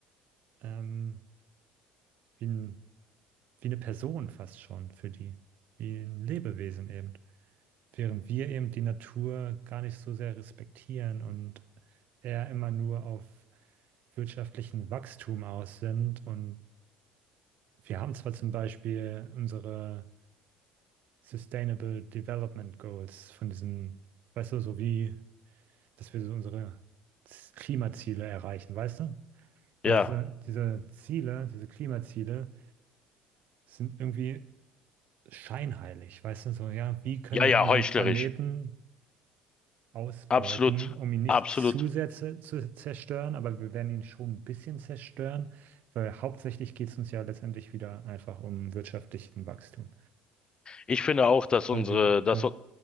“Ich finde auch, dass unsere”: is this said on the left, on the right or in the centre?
Left